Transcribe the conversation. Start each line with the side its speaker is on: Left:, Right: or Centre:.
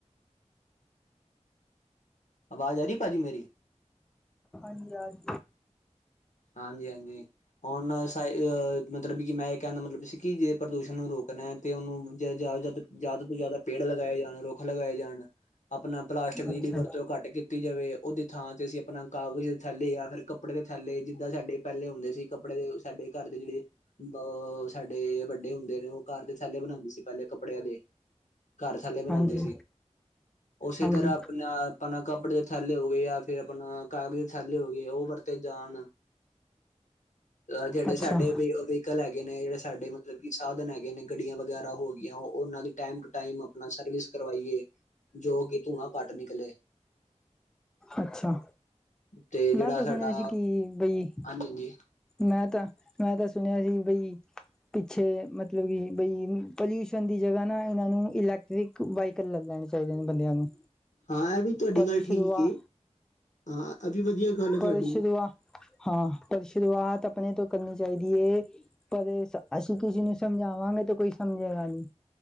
Left: ਆਵਾਜ਼ ਆ ਰਹੀ ਏ ਭਾਜੀ ਮੇਰੀ।
Centre: ਨੀਆਂ ਰੀ
Left: ਹਾਂਜੀ ਹਾਂਜੀ। ਹੁਣ ਨ ਸ ਇਹ ਹੈ। ਮਤਲਬ ਮੈਂ, ਇਹ ਕਹਿਦਾ ਮਤਲਬ ਸੀ ਕੀ, ਜੇ ਪ੍ਰਦੂਸ਼ਣ ਨੂੰ ਰੋਕਣਾ ਤੇ ਉਹਨੂੰ ਜੇ ਜੇਹ ਜ਼ਿਆਦਾ ਤੋਂ ਜ਼ਿਆਦਾ ਪੇੜ ਲਗਾਏ ਜਾਣ ਰੁੱਖ ਲਗਾਏ ਜਾਣ। ਆਪਣਾ ਪਲਾਸਟਿਕ ਦੀ
Centre: ਅੱਛਾ
Left: ਜਿਹੜੀ ਵਰਤੋਂ ਘੱਟ ਕੀਤੀ ਜਾਵੇ। ਉਹਦੀ ਥਾਂ ਤੇ ਅਸੀਂ ਆਪਣਾ ਕਾਗਜ਼ ਦੇ ਥੈਲੇ ਜਾਂ ਫਿਰ ਕੱਪੜੇ ਦੇ ਥੈਲੇ ਜਿੱਦਾਂ ਸਾਡੇ ਪਹਿਲੇ ਹੁੰਦੇ ਸੀ। ਕੱਪੜੇ ਦੇ ਸਾਡੇ ਘਰ ਦੇ ਜਿਹੜੇ ਬ ਸਾਡੇ ਵੱਡੇ ਹੁੰਦੇ ਨੇ, ਉਹ ਘਰ ਦੇ ਥੈੱਲੇ ਬਣਾਉਂਦੇ ਸੀ, ਪਹਿਲੇ ਕੱਪੜਿਆਂ ਦੇ। ਘਰ ਥੱਲੇ ਬਣਾਉਂਦੇ
Centre: ਹਾਂਜੀ
Left: ਸੀ। ਉਸੇ
Centre: ਹਾਂਜੀ
Left: ਤਰ੍ਹਾਂ ਆਪਣਾ ਆਪਣਾ ਕੱਪੜੇ ਦੇ ਥੈੱਲੇ ਹੋ ਗਏ ਜਾਂ ਫੇਰ ਆਪਣਾ ਕਾਗਜ਼ ਦੇ ਥੈੱਲੇ ਹੋ ਗਏ, ਉਹ ਵਰਤ ਤੇ ਜਾਣ। ਅ ਜਿਹੜੇ
Centre: ਅੱਛਾ
Left: ਸਾਡੇ ਵੀ ਉਹ ਵੀ ਕਲ ਹੈਗੇ ਨੇ। ਜਿਹੜੇ ਸਾਡੇ ਮਤਲਬ ਕਿ ਸਾਧਨ ਹੈਗੇ ਨੇ, ਗੱਡੀਆਂ ਵਗੈਰਾ ਹੋ ਗਈਆਂ ਉਹਨਾਂ ਦੇ ਟਾਈਮ ਟੂ ਟਾਈਮ ਆਪਣਾ ਸਰਵਿਸ ਕਰਵਾਈ ਏ। ਜੋ ਕਿ ਧੂੰਆਂ ਘੱਟ ਨਿਕਲੇ
Centre: ਅੱਛਾ।
Left: ਤੇ
Centre: ਮੈਂ
Left: ਜਿਹੜਾ
Centre: ਤਾਂ
Left: ਸਾਡਾ
Centre: ਸੁਣਿਆ ਸੀ ਕਿ ਬਈ
Left: ਹਾਂਜੀ ਹਾਂਜੀ
Centre: ਮੈਂ ਤਾਂ। ਮੈਂ ਤਾਂ ਸੁਣਿਆ ਸੀ ਬਈ ਪਿੱਛੇ ਮਤਲਬ ਕਿ ਬਈ, ਪੋਲਿਊਸ਼ਨ ਦੀ ਜਗ੍ਹਾ ਨਾ ਇਹਨਾਂ ਨੂੰ ਇਲੈਕਟ੍ਰਿਕ ਵਾਹੀਕਲ ਲੈ ਲੈਣੇ ਚਾਹੀਦੇ ਨੇ ਬੰਦਿਆਂ ਨੂੰ
Left: ਹਾਂ ਇਹ ਵੀ ਤੁਹਾਡੀ
Centre: ਪਰ
Left: ਗੱਲ ਠੀਕ
Centre: ਸ਼ੁਰੂਆ
Left: ਏ। ਹਾਂ ਇਹ ਵੀ ਵਧੀਆ ਗੱਲ ਹੈ
Centre: ਪਰ
Left: ਤੁਹਾਡੀ
Centre: ਸ਼ੁਰੂਆਤ ਹਾਂ। ਪਰ ਸ਼ੁਰੂਆਤ ਆਪਣੇ ਤੋਂ ਕਰਨੀ ਚਾਹੀਦੀ ਏ। ਪਰ ਅਸੀਂ ਕਿਸੇ ਨੂੰ ਸਮਝਾਵਾਂਗੇ ਤੇ ਕੋਈ ਸਮਝੇਗਾ ਨਹੀਂ।